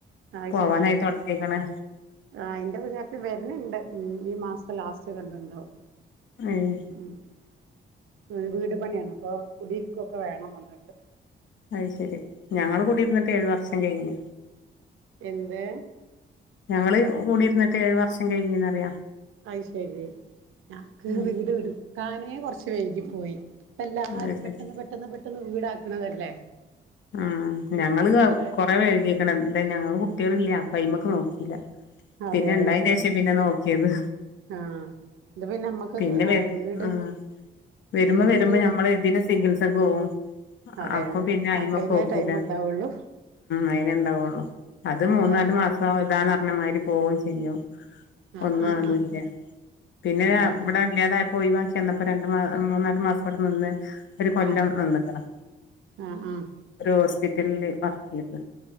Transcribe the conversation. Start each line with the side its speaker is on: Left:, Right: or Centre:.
Right: അത്
Left: പോവാനായിട്ടടുത്തേക്കണ്.
Right: ശരി ആഹ് ഇന്റെ പുതിയാപ്പി വരണണ്ട്. ഈ മാസം ലാസ്റ്റ് വരണ്ടുണ്ടാവും
Left: ഏഹ്
Right: ഉം വീട് പണിയാണ് ഇപ്പൊ. കുടിയിരിക്കൊക്കെ വേണം വന്നിട്ട്.
Left: അത് ശരി. ഞങ്ങള് കുടിയിരുന്നിട്ട് ഏഴു വർഷം കഴിഞ്ഞ്.
Right: എന്ത്?
Left: ഞങ്ങള് കുടിയിരിന്നിട്ട് ഏഴ് വർഷം കഴിഞ്ഞ്ന്ന് പറയാ.
Right: അയ്ശരി. ഞങ്ങക്ക്
Left: ഉം
Right: വീട് വിടുക്കാനേ കൊറച്ച് വൈകിപ്പോയി. ഇപ്പ എല്ലാരും
Left: അത് ശരി
Right: പെട്ടെന്ന് പെട്ടെന്ന് പെട്ടെന്ന് വീടാക്കണതല്ലേ.
Left: ആഹ്
Right: ഉം
Left: ഞങ്ങള്
Right: പക്ഷെ
Left: കൊറേ വൈകീയേക്കണ്. എന്തേ ഞങ്ങക്ക് കുട്ടികളില്ല. പൈമക്ക് നോക്കിയില്ല.
Right: അതെ
Left: പിന്നെ ഉണ്ടായതിന്
Right: അത് ശരിയാ
Left: ശേഷാ പിന്നെ നോക്കിയത്.
Right: ആഹ്. ഇത് പിന്നെ നമ്മക്കൊക്കെ
Left: പിന്നെ
Right: ആഹ്
Left: വെ
Right: വീട്
Left: ആഹ് വരുമ്പോ
Right: എന്ത്
Left: വരുമ്പോ ഞമ്മള് ഇതിൻറെ ചികിത്സക്ക് പോകും.
Right: അതെ
Left: അപ്പൊ
Right: അതെ
Left: പിന്നെ അയ്മ
Right: അപ്പ അയിനേ
Left: പോക്കൂല്ല.
Right: ടൈം ഉണ്ടാവുള്ളൂ
Left: അയിനേ ഉണ്ടാവുള്ളൂ. അത് മൂന്നാല്
Right: അതാണ്
Left: മാ സം ദാ എന്ന് പറഞ്ഞ മാതിരി പോവുകേം ചെയ്യും.
Right: ആഹ്
Left: ഒന്നും
Right: ആഹ്
Left: ആവതുവില്ല.
Right: ആഹ്
Left: പിന്നെ
Right: ഏഹ്
Left: ദാ ഇവടെ ഇല്ലാതായിപ്പോയി വാങ്ങ് ചെന്നപ്പോ രണ്ടു മാ മൂന്നാല് മാസവവ്‌ടെ നിന്ന് ഒരു കൊല്ലം
Right: ആഹ്
Left: നിന്നിക്കണ്.
Right: ആഹ് ആഹ്
Left: ഒരു ഹോസ്പിറ്റലില് വർക്ക് ചെയ്തത്.